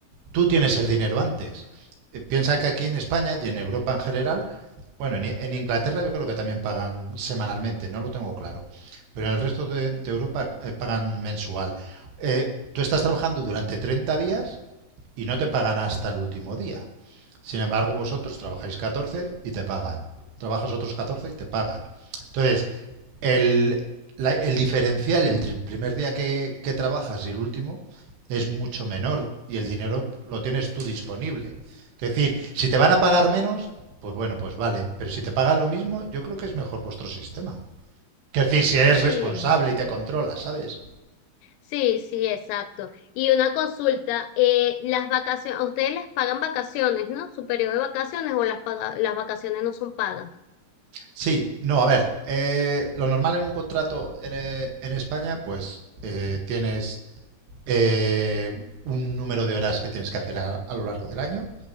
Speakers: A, on the right; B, on the left.
A: tú tienes el dinero antes. Eh, Piensa que aquí en España y en Europa en general, bueno, en, I- en Inglaterra yo creo que también pagan semanalmente, no lo tengo claro, pero en el resto de, de Europa eh, pagan mensual. Eh, tú estás trabajando durante 30 días y no te pagan hasta el último día. Sin embargo, vosotros trabajáis 14 y te pagan. Trabajas otros 14 y te pagan. Entonces, el, la- el diferencial entre el primer día que, que trabajas y el último es mucho menor y el dinero lo tienes tú disponible. Es decir, si te van a pagar menos, pues bueno, pues vale, pero si te pagan lo mismo, yo creo que es mejor vuestro sistema. Es decir, si eres responsable
B: Sí,
A: y te controlas, ¿sabes?
B: Sí, sí, exacto. Y una consulta, eh, las vacaciones, a ustedes les pagan vacaciones, ¿no? Su periodo de vacaciones o las, paga- las vacaciones no son pagas.
A: Sí, no, a ver, eh, lo normal en un contrato en, eh, en España, pues eh, tienes eh, un número de horas que tienes que hacer a, a lo largo del año